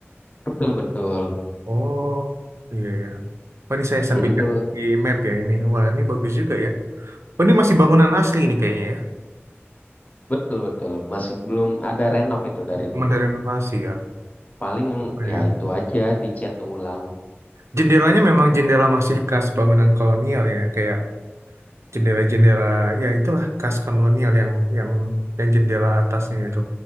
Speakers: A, on the left; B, on the right.
A: betul betul.
B: Oh iya ya. Oh, ini saya sambil
A: Jadi tuh
B: lihat di map ya ini. Wah ini bagus juga ya. Oh ini masih bangunan asli ini kayaknya ya.
A: Betul betul masih belum ada renov itu dari
B: Cuma
A: dulu
B: dari renovasi ya.
A: paling
B: Oh, iya.
A: ya itu aja dicat ulang
B: Jendelanya memang jendela masih khas bangunan kolonial ya. Kayak jendela-jendela ya itulah khas kolonial yang yang yang jendela atasnya itu.